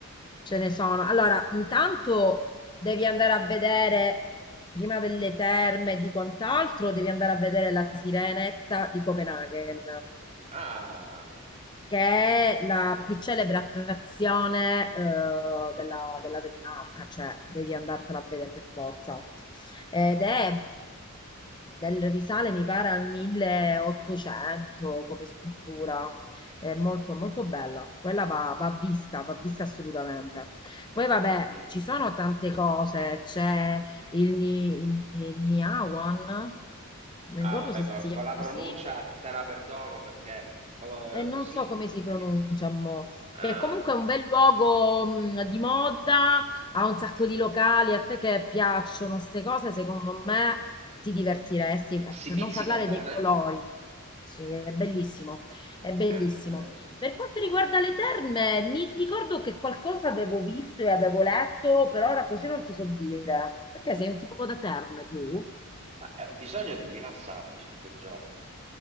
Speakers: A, on the left; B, on the right.
A: ce ne sono. Allora, intanto devi andare a vedere, prima delle terme e di quant'altro, devi andare a vedere la Sirenetta di Copenaghen.
B: Ah,
A: che è la più celebre attrazione eh, della, della Danimarca, cioè devi andartela a vedere per forza. Ed è del risale, mi pare, al 1800 come scultura. È molto, molto bella. Quella va, va vista, va vista assolutamente. Poi, vabbè,
B: ho capito.
A: ci sono tante cose. C'è il, Ni, il, il Niawan, non mi
B: Ah,
A: ricordo
B: vabbè,
A: se
B: co-
A: si chiama
B: con, la
A: così
B: pronuncia te la perdono perché eh,
A: e non
B: così.
A: so come si
B: per
A: pronuncia
B: mia-
A: mo,
B: Ah,
A: che comunque è un bel luogo mh, di moda, ha un sacco di locali, a te che piacciono queste cose, secondo me ti divertiresti, eh,
B: si
A: per
B: pizzica
A: non parlare
B: bene.
A: dei colori. Sì, è bellissimo, è bellissimo.
B: Eh. eh.
A: Per quanto riguarda le terme, mi ricordo che qualcosa avevo visto e avevo letto, per ora così non ti so dire, perché sei un tipo da terme tu?
B: Ma, eh, ho bisogno di rilassarmi cinque giorni,